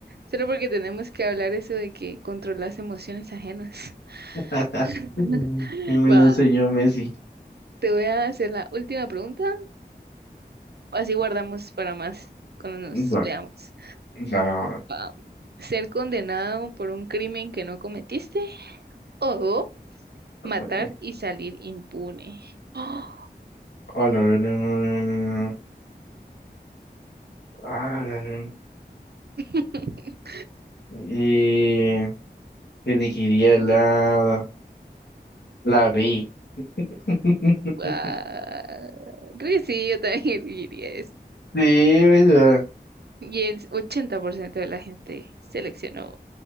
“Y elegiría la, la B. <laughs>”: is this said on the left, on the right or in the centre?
Left